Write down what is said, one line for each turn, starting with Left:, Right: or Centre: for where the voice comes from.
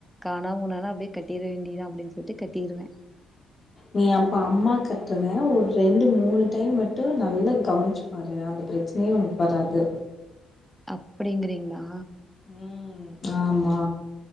Centre: காணாமூனானு அப்டியே கட்டிட வேண்டியதா அப்டின்னு சொல்ட்டு கட்டிருவே
Left: நீ அப்ப அம்மா கட்றத ஒரு ரெண்டு மூணு டைம் மட்டு நல்லா கவனிச்சு பாரு அந்த பிரச்சனையே உனக்கு வராது
Centre: அப்டிங்கிறீங்ளா
Left: ம் ஆமா